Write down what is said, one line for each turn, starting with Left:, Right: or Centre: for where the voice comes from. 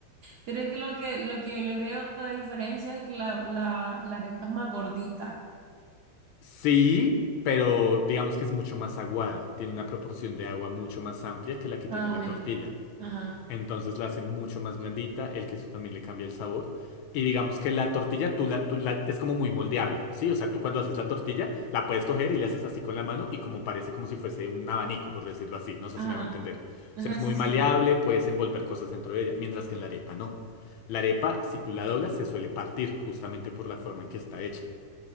Right: pero es que lo que, lo que yo le veo la diferencia es que la, la, la arepa es más gordita.
Left: Sí, pero digamos que es mucho más aguada. Tiene una proporción de agua mucho más amplia que la que tiene
Right: Ah,
Left: la
Right: bueno.
Left: tortilla.
Right: Ajá,
Left: Entonces la hace mucho más blandita, el queso también le cambia el sabor. Y digamos que la tortilla tú la, tú la- es como muy moldeable, ¿sí? O sea, tú cuando haces la tortilla la puedes coger y le haces así con la mano y como parece como si fuese un abanico, por decirlo así. No sé
Right: ajá,
Left: si me hago entender.
Right: ajá,
Left: O sea, es muy
Right: sí, sí.
Left: maleable, puedes envolver cosas dentro de ella, mientras que en la arepa no. La arepa, si tú la doblas, se suele partir justamente por la forma en que está hecha.